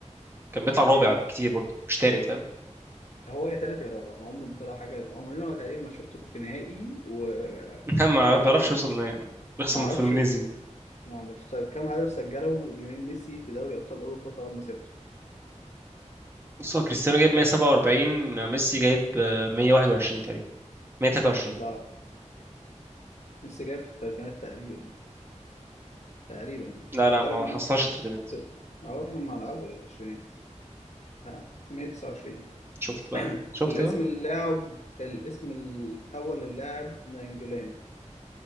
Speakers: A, on the right (about 20°); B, on the left (about 65°).
A: كان بيطلع رابع
B: إيه
A: كتير برضه مش تالت فاهم
B: هو يا تالت يا رابع عمره ما طلع حاجة عمرنا ما تقريبا ما شفته في نهائي و
A: <laughs> ما
B: وبيلعب
A: بيعرفش يوصل إن- يخسر
B: ما أعرفش
A: من فلومينيزي
B: ليه ما أعرفش طيب كم هدف سجله ليونيل ميسي في دوري أبطال أوروبا طوال مسيرته
A: بص هو كريستيانو جايب 147 ميسي جايب آه، 121 تقريبا 123
B: لا ميسي جاي في الثلاثينات تقريبا تقريبا يعني
A: لا لا ما
B: فرق بينهم
A: حصلش التلاتينات
B: ست- أهو يا عم على أول العشرينات ها، 129
A: شفت بقى
B: <clears throat>
A: شفت
B: الاسم
A: بقى
B: اللاعب الاسم الأول للاعب نانجولان